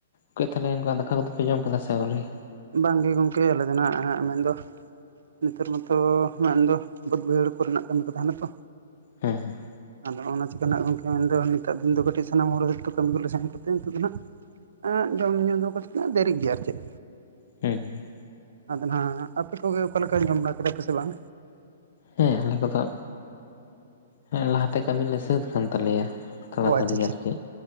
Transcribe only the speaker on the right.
ᱵᱟᱝᱜᱮ ᱜᱚᱢᱠᱮ ᱟᱞᱮ ᱫᱚ ᱱᱟᱸᱜ ᱢᱮᱱᱫᱚ ᱱᱮᱛᱟᱨ ᱢᱟᱛᱚ ᱢᱮᱱᱫᱚ ᱵᱟᱹᱫᱽ ᱵᱟᱹᱭᱦᱟᱹᱲ ᱠᱚᱨᱮᱱᱟᱜ ᱠᱟᱹᱢᱤ ᱠᱚ ᱛᱟᱦᱮᱸᱱᱟ ᱛᱚ,
ᱟᱫᱚ ᱚᱱᱟ ᱪᱤᱠᱟᱹ ᱱᱟᱸᱜ ᱜᱚᱢᱠᱮ ᱢᱮᱱᱫᱚ, ᱱᱮᱛᱟᱨ ᱫᱤᱱ ᱫᱚ ᱠᱟᱹᱴᱤᱡ ᱥᱟᱱᱟᱢ ᱦᱚᱲ ᱜᱮᱛᱚ ᱠᱟᱹᱢᱤ ᱠᱚᱞᱮ ᱥᱮᱱ ᱠᱟᱛᱮᱫ ᱱᱤᱛᱚᱜ ᱫᱚ ᱦᱟᱸᱜ ᱟᱸᱜ ᱡᱚᱢᱼᱧᱩ ᱫᱚ ᱠᱟᱛᱮᱫ ᱫᱮᱨᱤᱜ ᱜᱮᱭᱟ ᱟᱨ ᱪᱮᱫ᱾
ᱟᱫᱚ ᱱᱟᱸᱜ ᱟᱯᱮ ᱠᱚᱜᱮ ᱚᱠᱟ ᱞᱮᱠᱟᱧ ᱡᱚᱢ ᱵᱟᱲᱟ ᱠᱮᱫᱟ ᱯᱮᱥᱮ ᱵᱟᱝ?
ᱚ ᱟᱪᱪᱷᱟ ᱟᱪᱪᱷᱟ